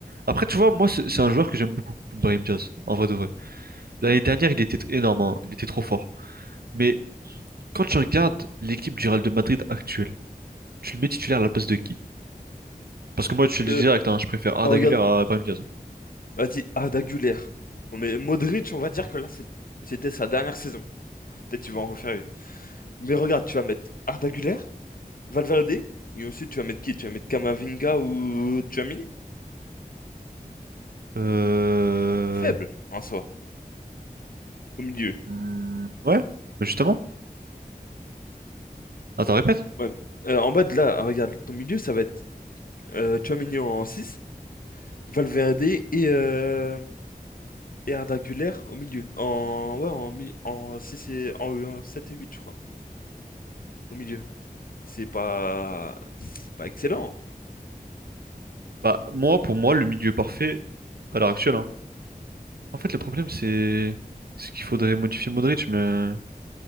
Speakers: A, on the right; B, on the left.
A: Après, tu vois, moi, c'est c'est un joueur que j'aime beaucoup, Brahim Diaz, en vrai de vrai. L'année dernière,
B: Mm.
A: il était énorme, hein. Il était trop fort. Mais Quand tu regardes l'équipe du Real de Madrid actuelle, tu le mets titulaire à la place de qui? Parce que moi, je te le
B: Euh,
A: dis direct, hein, je préfère Arda
B: oh, regarde,
A: Güler à Brahim Diaz.
B: vas-y, Arda Güler. On met Modric, on va dire que là, c'est- c'était sa dernière saison. Peut-être qu'il va en refaire une. Mais regarde, tu vas mettre Arda Güler, Valverde, et ensuite tu vas mettre qui? Tu vas mettre Kamavinga ou Tchouaméni?
A: Euh...
B: C'est faible, en soi, au milieu.
A: hmm, Ouais, bah justement. Attends, répète.
B: Ouais. Euh, en bas de là, regarde, ton milieu, ça va être euh, Tchouaméni en six Valverde et, euh, et Arda Güler au milieu. En, ouais, en, mi- en 6 et en, en 7 et 8 je crois, au milieu. c'est pas c'est pas excellent.
A: Bah, moi, pour moi, le milieu parfait à l'heure actuelle. hein. En fait, le problème, c'est c'est qu'il faudrait modifier Modric, mais...